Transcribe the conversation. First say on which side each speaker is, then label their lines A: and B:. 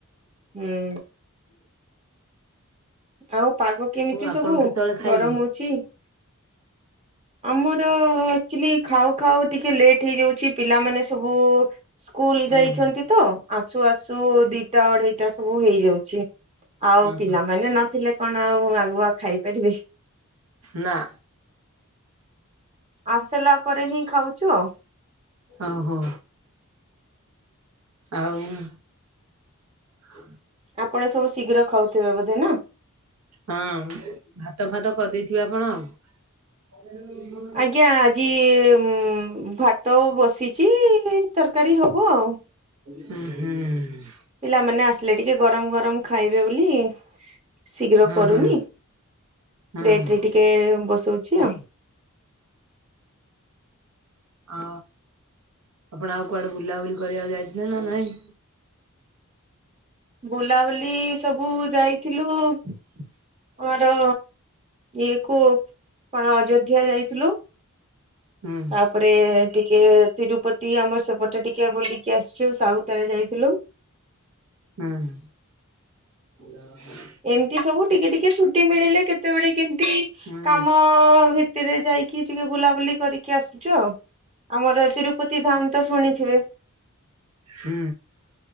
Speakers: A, on the right (about 30°); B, on the right (about 85°).
A: ହୁଁ।
B: ହୁଁ
A: ଆଉ ପାଗ କେମିତି
B: ଆପଣ
A: ସବୁ
B: କେତେବେଳେ ଖାଇବେ?
A: ଗରମ ହଉଛି? ଆମର ଆକଚୁଲି ଖାଉ ଖାଉ ଟିକେ ଲେଟ୍ ହେଇଯାଉଛି ପିଲାମାନେ ସବୁ-ଉ-ଉ-ଉ ସ୍କୁଲ
B: ହୁଁ
A: ଯାଇଛନ୍ତି ତ ଆସୁ ଆସୁ ଦିଟା ଅଢେଇଟା ସବୁ ହେଇଯାଉଛି। ଆଉ
B: ଓହୋ
A: ପିଲାମାନେ ନଥିଲେ କଣ ଆଉ ଆଗୁଆ ଖାଇପାରିବି।
B: ନା।
A: ଆସିଲା ପରେ ହିଁ ଖାଉଛୁ ଆଉ।
B: ଓ ହୋ ଆଉ-ଉ-ଉ ହଁ
A: ଆପଣ ସବୁ ଶୀଘ୍ର ଖାଉଥିବେ ବୋଧେ ନା?
B: ହଁ ଭାତ ଫାତ କରିଦେଇଥିବେ ଆପଣ? <unintelligible>
A: ଆଜ୍ଞା ଆଜି-ଇ-ଇ-ଇ-ମ୍ ଭାତ ବସିଛି-ଇ-ଇ-ଇ ତରକାରୀ ହବ ଆଉ।
B: ହୁଁ ହୁଁ।
A: ପିଲାମାନେ ଆସିଲେ ଟିକେ ଗରମ ଗରମ ଖାଇବେ ବୋଲି। ଶୀଘ୍ର
B: ହଁ
A: କରୁନି
B: ହଁ। ହଁ। ହଁ
A: ଲେଟରେ ଟିକେ ବସଉଛି ଆଉ।
B: ହ, ଆପଣ ଆଉ କୁଆଡେ ବୁଲାବୁଲି କରିବାକୁ ଯାଇଥିଲେ ନା ନାଇଁ?
A: ବୁଲାବୁଲି ସବୁ ଯାଇଥିଲୁ ଆମର ଇଏ କୁ କଣ ଅଯୋଧ୍ୟା ଯାଇଥିଲୁ।
B: ହୁଁ।
A: ତାପରେ ଟିକେ ତିରୁପତି ଆମର ସେପଟେ ଟିକେ ବୁଲିକି ଆସିଛି ଆ ସାଉଥ ଆଡେ ଯାଇଥିଲୁ।
B: ହଁ।
A: ଏମିତି ସବୁ ଟିକେ ଟିକେ ଛୁଟି ମିଳିଲେ କେତେବେଳେ କେମତି
B: ହୁଁ
A: କାମ ଭିତରେ ଯାଇ କି ଟିକେ ବୁଲାବୁଲି କରିକି ଆସୁଛୁ ଆଉ ଆମର ତିରୁପତି ଧାମ ତ ଶୁଣିଥିବେ।
B: ହୁଁ